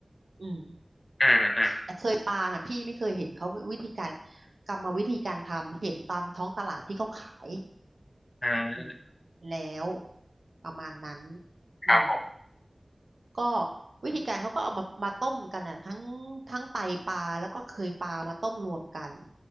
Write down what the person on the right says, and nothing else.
อืม
แต่เคยปลาน่ะพี่ไม่เคยเห็นเขาวิธีการกรรมวิธีการทำเห็นตามท้องตลาดที่เขาขาย
อืมแล้วประมาณนั้น
อืมก็วิธีการเขาก็เอามามาต้มกันอ่ะทั้งทั้งไตปลาแล้วก็เคยปลามาต้มรวมกัน